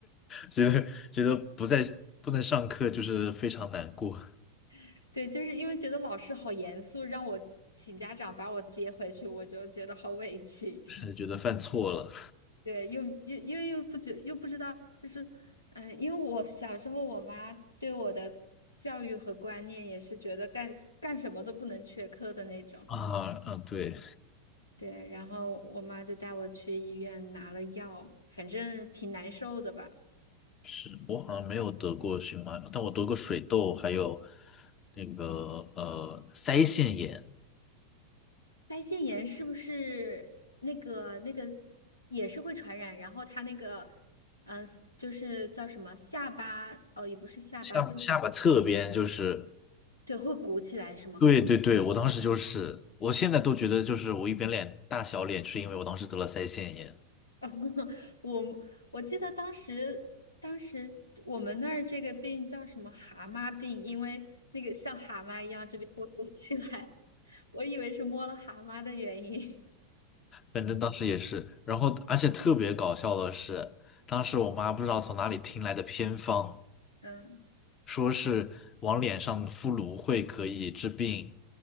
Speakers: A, on the left; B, on the left.
A: 觉得觉得不在不能上课就是非常难过，
B: <laughs> 对，就是因为觉得老师好严肃，让我请家长把我接回去，我就觉得好委屈。
A: <laughs> 觉得犯错了
B: 对，又又因为又不觉又不知道，就是，嗯、因为我小时候我妈对我的教育和观念也是觉得干干什么都不能缺课的那种。
A: <laughs> 啊，嗯，对。
B: 对，然后我妈就带我去医院拿了药，反正挺难受的吧。
A: 是我好像没有得过荨麻疹，但我得过水痘，还有那个呃腮腺炎，
B: 腮腺炎是不是那个那个也是会传染？然后它那个，嗯、就是叫什么下巴，哦，也不是下巴，
A: 下巴下巴侧边就是。
B: 就对，会鼓起来是吗？
A: 对对对，我当时就是，我现在都觉得就是我一边脸大小脸，是因为我当时得了腮腺炎，
B: <laughs> 我我记得当时，当时我们那儿这个病叫什么蛤蟆病，因为那个像蛤蟆一样这边会鼓起来，<laughs> 我以为是摸了蛤蟆的原因。<laughs>
A: 反正当时也是。然后而且特别搞笑的是，当时我妈不知道从哪里听来的偏方，
B: 嗯
A: 说是往脸上敷芦荟可以治病，